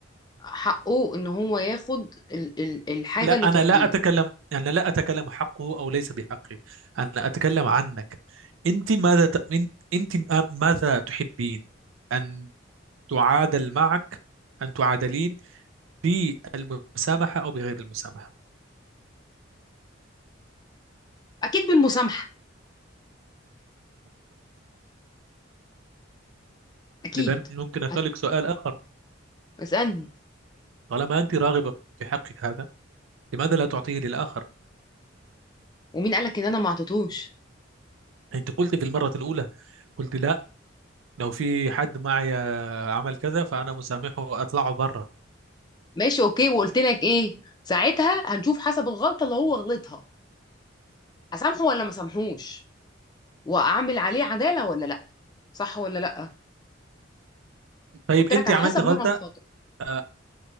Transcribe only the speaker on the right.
لا
أنا
لا أتكلم أنا لا أتكلم حقه أو ليس بحقه أنا أتكلم عنك أنت ماذا ت... أنت أنت ماذا تحبين أن تعادل معك أن تعادلين بالمسامحة أو بغير المسامحة
إذا ممكن أسألك
سؤال آخر
طالما أنت راغبة في حقك هذا لماذا لا تعطيه للآخر
أنت قلت في المرة الأولى قلت لا لو في حد معي آه، عمل كذا فانا مسامحه اطلعه بره
طيب
انت
عملتي
غلطه
آه،